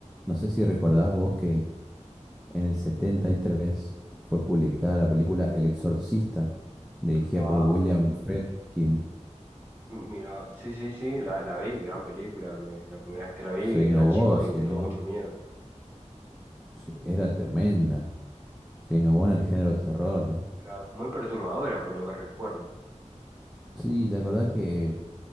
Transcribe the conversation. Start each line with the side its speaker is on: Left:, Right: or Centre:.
Centre: No sé si recordás vos que en el 73 fue publicada la película El Exorcista, dirigida
Right: Ah,
Centre: por William Friedkin.
Right: mira, sí, sí, sí, la, la vi, gran película. me- la primera vez que la vi
Centre: Se innovó,
Right: era chico y
Centre: se
Right: me
Centre: innovó.
Right: dio mucho miedo.
Centre: Sí, Era tremenda. Se innovó en el género terror, ¿no?
Right: Claro, muy perturbadora por lo que recuerdo.
Centre: Sí, ¿te acordás que,